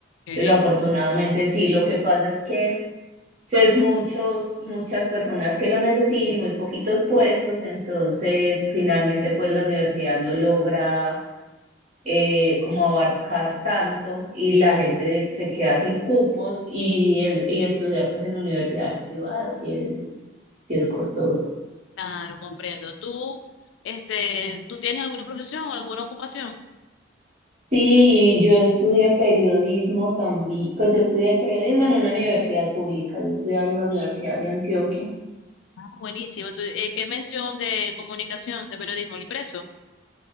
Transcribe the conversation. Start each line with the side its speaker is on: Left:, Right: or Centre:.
Left: Ok.
Right: Entonces afortunadamente sí, lo que pasa es que... Entonces, muchos, muchas personas que lo necesitan y muy poquitos puestos, entonces finalmente pues la universidad no logra eh, como abarcar tanto y la gente se queda sin cupos y, y estudiar pues en universidades privadas si es, si es costoso.
Left: Claro, comprendo. ¿Tú, este, tú tienes alguna profesión o alguna ocupación?
Right: Sí, yo estudié periodismo también, pues yo estudié periodismo en una universidad pública, yo estudié en la Universidad de Antioquia.
Left: Ah, buenísimo. Tú, eh, ¿qué mención de comunicación, de periodismo, el impreso?